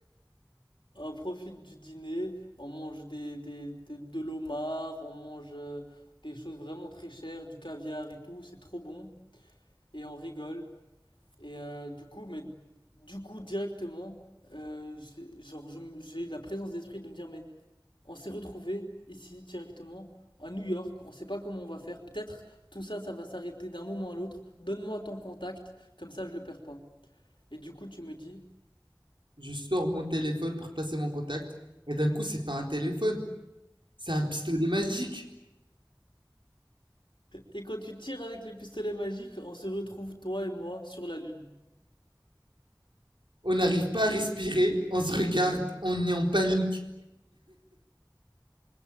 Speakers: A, on the left; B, on the right.
A: On profite du dîner, on mange des, des, de, de l'homard, on mange euh, des choses vraiment très chères, du caviar et tout, c'est trop bon. Et on rigole. Et euh, du coup, mais du coup, directement, euh, j'ai- genre, je me- j'ai eu la présence d'esprit de me dire, mais. On s'est retrouvé ici directement à New York. On ne sait pas comment on va faire. Peut-être tout ça, ça va s'arrêter d'un moment à l'autre. Donne-moi ton contact, comme ça je le perds pas. Et du coup, tu me dis.
B: Je sors mon téléphone pour te passer mon contact. Et d'un coup, c'est pas un téléphone, c'est un pistolet magique.
A: Et quand tu tires avec les pistolets magiques, on se retrouve toi et moi sur la lune.
B: On n'arrive pas à respirer, on se regarde, on est en panique.